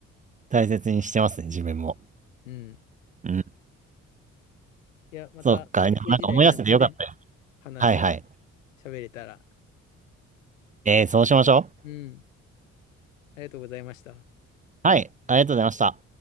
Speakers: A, on the right; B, on the left.
A: 大切にしてますね、自分も。
B: うん。
A: うん。
B: いや、また学生時代なんかね、
A: そっか。なんか思い出せてよかったよ。
B: 話、
A: はいはい。
B: 喋れたら、
A: えー、そうしましょう。
B: うん、ありがとうございました。
A: はい、ありがとうございました。